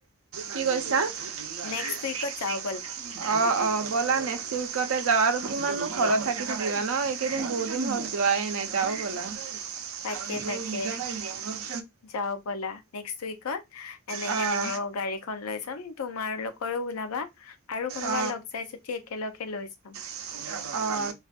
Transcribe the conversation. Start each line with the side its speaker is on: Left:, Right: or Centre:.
Right: কি কৈছা? নেক্সট উইকত
Left: নেক্সট
Right: ব'লা।
Left: উইকত যাওঁ
Right: অ' অ'! ব'লা নেক্সট উই ওচৰতে যাওঁ আৰু। কিমাননো ঘৰত থাকি, থাকিবা ন'! এইকেইদিন বহুতদিন হ'ল যোৱাই নাই। যাওঁ ব'লা?
Left: তাকে
Right: <unintelligible>
Left: তাকে যাওঁ ব'লা, নেক্স উইকত? এনেকে,
Right: ব'লা
Left: মোৰো গাড়ী খন লৈ যাম, তোমাৰ লগত। <unintelligible> ওলাবা আৰু কোনোবা
Right: অঁ
Left: লগ যাই যদি, একেলগে লৈ যাম।
Right: <unintelligible> অ'!